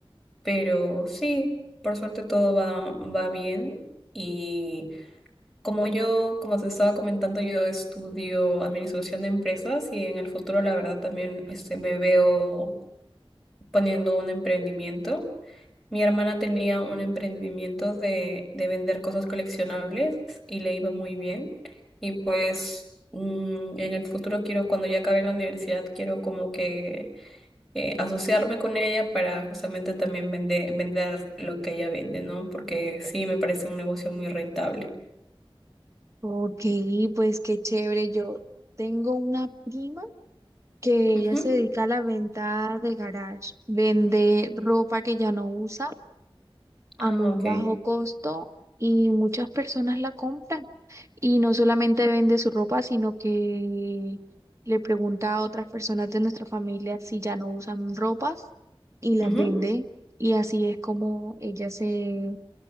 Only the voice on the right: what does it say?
Ok, pues qué chévere. Yo tengo una prima que
ella se dedica a la venta de garage. Vende ropa que ya no usa a
muy
bajo costo y muchas personas la compran. Y no solamente vende su ropa, sino que le pregunta a otras personas de nuestra familia si ya no usan ropas y las
vende. Y así es como ella se,